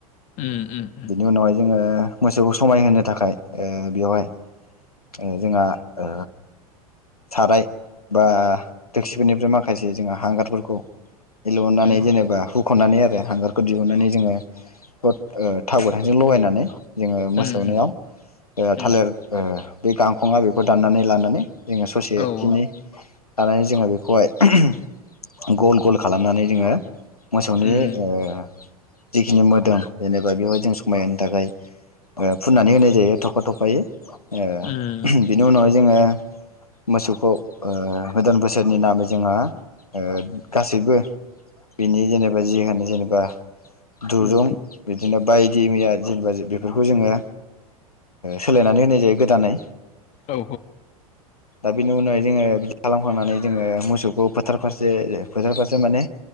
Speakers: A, on the left; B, on the left.
A: उम उम उम
B: बिनि उनावहाय जोङो मोसौखौ समायहोनो थाखाय ओ बेवहाय ओ जोंहा ओ साराय बा दोकसिफोरनिफ्राय माखासे जोंहा हांगारफोरखौ इलुननानै
A: उम
B: जेनेबा हुख'नानै आरो हांगारखौ दिहुननानै जोङो <unintelligible> ओ थाव गोथांजों लगायनानै जोङो मोसौनियाव
A: उम उम
B: ओ
A: उम
B: थालिर ओ बे गांखंआ बेखौ दाननानै लानानै जोङो ससेखिनि
A: औ औ
B: लानानै जोङो बेखौहाय <unintelligible> गल गल खालामनानै जोङो मोसौनि
A: उम
B: ओ जिखिनि मोदोम जेनेबा बेहाय जों समायहो थाखाय फुननानै होनाय जायो थफा थफायै ओ
A: उम
B: बेनि उनावहाय जोङो मोसौखौ ओ गोदान बोसोरनि नामै जोंहा ओ गासैबो बिनि जेनेबा जि होनो जेनेबा दुरुं
A: उम
B: बिदिनो बाय बि मैया जेनेबा बेफोरखौ जोङो ओ सोलायनानै होनाय जायो गोदानै
A: औ
B: दा बेनि उनावहाय जोङो बिदि खालामखांनानै जोङो मोसौखौ फोथार फारसे फोथार फारसे माने